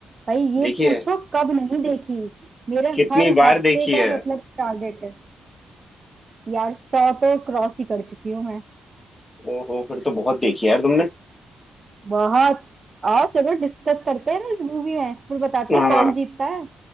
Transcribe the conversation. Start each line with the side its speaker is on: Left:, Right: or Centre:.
Right: भाई
Left: देखी
Right: ये पूछो
Left: है
Right: कब नहीं देखी मेरे
Left: कितनी
Right: हर
Left: बार
Right: हफ्ते
Left: देखी
Right: का
Left: है
Right: मतलब टारगेट है यार सौ तो क्रॉस ही कर चुकी हूँ मैं
Left: ओहो फिर तो बहुत देखी है यार तुमने
Right: बहुत आओ चलो डिस्कस करते हैं ना इस मूवी में फिर बताते
Left: हाँ
Right: हैं कौन जीतता है